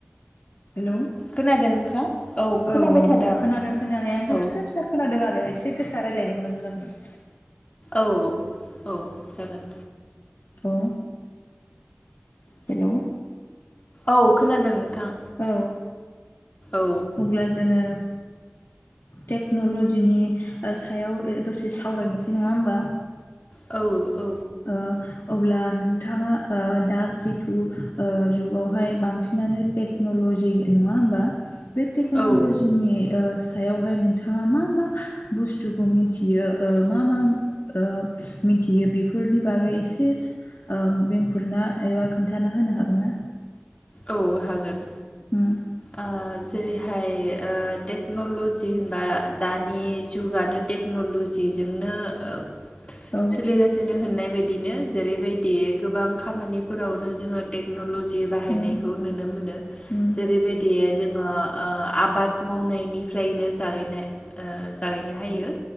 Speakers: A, on the left; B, on the left.
A: हेलौ
B: खोनादों।
A: <inaudible>
B: खोनाबाय
A: औ औ
B: थादों आं।
A: खोनादों खोनानाया ओमफ्राय
B: औ
A: फिसा फिसा खोनादों आरो एसे गोसा रायज्लायबा मोजां जागौमोन।
B: औ औ जागोन।
A: औ हेलौ।
B: औ खोनादों नोंथां।
A: औ
B: औ
A: अब्ला जोङो। टेक्नल'जिनि ओ सायाव ओ दसे सावरायनोसै नङा होमबा।
B: औ। औ
A: ओ। अब्ला नोंथाङा ओ दा जिथु ओ जुगावहाय बांसिनानो टेकनल जि नङा होमबा? बे टेकनलजिनि
B: औ
A: ओ सायावहाय नोंथाङा मा मा बुस्थुखौ मिथियो ओ मा मा ओ मिथियो बेफो फोरनि बागै एसे ओ बेंकफोरना एबा खोन्थाना होनो हागोन ना?
B: औ होगोन
A: उम
B: ओ जेरैहाय ओ दै टेक्न'ल'जि होनबा दानि जुगानो टेक्न'ल'जिजोंनो ओ
A: औ
B: सोलिगासिनो होननाय बायदिनो जेरैबायदि गोबां खामानि फोरावनो जोङो टेकनलजि बाहायनायखौ
A: उम
B: नुनो मोनो
A: उम
B: जेरैबायदि। जोङो ओ आबाद मावनायनिफ्रायनो जागाय जागायनो हायो।